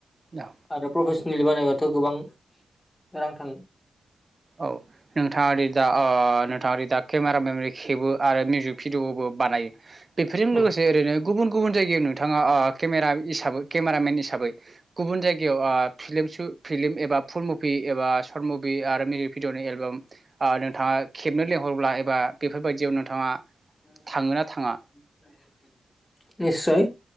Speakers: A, on the right; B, on the left.
A: औ
B: आरो प्रफेसनेलि बानायबाथ' गोबां रां थांङो
A: औ नोंथांङादि दा ओ नोंथांङादि दा केमेरा मेम'रि खेबो आरो मिउजिक भिडिअबो बानायो बेफोरजों लोगोसे
B: औ
A: ओरैनो गुबुन गुबुन जायगायाव नोंथांङा ओ केमेरा हिसाबै केमेरामेन हिसाबै गुबुन जायगायाव आ फिलिम सो फिलिम एबा फुलमुभि एबा सवर्त आरो माउजिक भिडिअ'नि एलबाम ओ नोंथाङा खेबनो लेंहरब्ला एबा बेफोरबायदियाव नोंथाङा
B: <inaudible>
A: थाङो ना थाङा
B: निस्सय